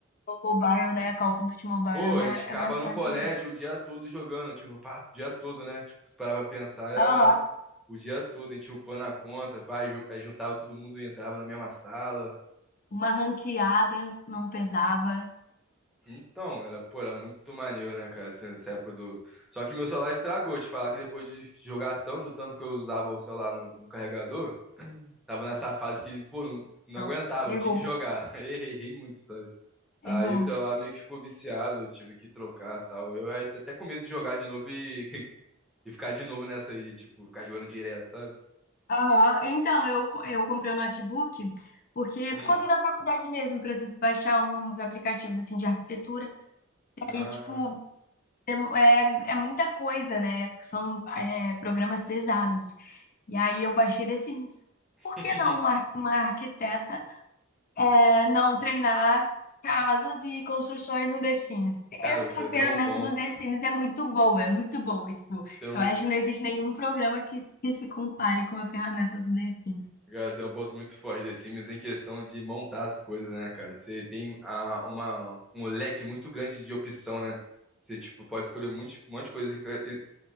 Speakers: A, on the left; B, in the centre.
A: O mobile, né? Call of Duty Mobile
B: Pô,
A: é mais,
B: a gente ficava
A: é mais
B: no
A: fácil
B: colégio
A: mesmo.
B: o dia todo jogando, tipo, pá, o dia todo, né? Tipo, se parava pra pensar, era
A: Aham,
B: o dia todo, a gente upando a conta, pá, ju- aí juntava todo mundo e entrava na mesma sala.
A: uma ranqueada não pesava.
B: Então, era, pô, era muito maneiro, né, cara, essa essa época do... Só que meu celular estragou, te falar que depois de jogar tanto, tanto que eu usava o celular no, no carregador, tava nessa fase que, pô, não, não
A: Não,
B: aguentava,
A: errou,
B: eu tinha que jogar. <laughs> Errei, errei muito, sabe? Aí
A: errou.
B: o celular meio que ficou viciado, eu tive que trocar e tal. Eu eu tô até com medo de jogar de novo e E ficar de novo nessa aí de, tipo, ficar jogando direto, sabe?
A: Aham. Então, eu, co- eu comprei um notebook porque,
B: Hum.
A: por conta da faculdade mesmo, preciso baixar uns aplicativos, assim, de arquitetura.
B: Ah,
A: Aí, tipo, é, mu- é, é muita coisa, né? São, é, programas pesados. E aí, eu baixei The Sims.
B: <laughs>
A: Por que não uma, ar- uma arquiteta, é, não treinar casas e construções no The Sims? É,
B: cara,
A: a
B: você
A: ferramenta
B: tem um ponto.
A: do The Sims é muito boa, é muito boa. Tipo,
B: Tem um,
A: eu acho que não existe nenhum programa que, que se compare com a ferramenta do The Sims.
B: cara, você tem um ponto muito forte The Sims em questão de montar as coisas, né, cara? Você tem a, uma, um leque muito grande de opção, né? Você, tipo, pode escolher muito, um monte de coisa. E,